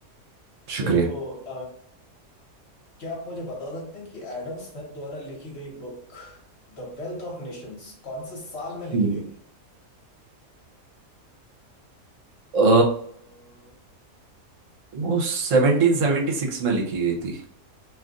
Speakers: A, on the right; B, on the left.
A: शुक्रिया
B: तो क्या आप मुझे बता सकते हैं कि एडम स्मिथ द्वारा लिखी गई book the Wealth of Nations कौन से साल में लिखी
A: हम्म।
B: गई थी
A: अ, वो सेवनटीन सेवेंटी सिक्स में लिखी गई थी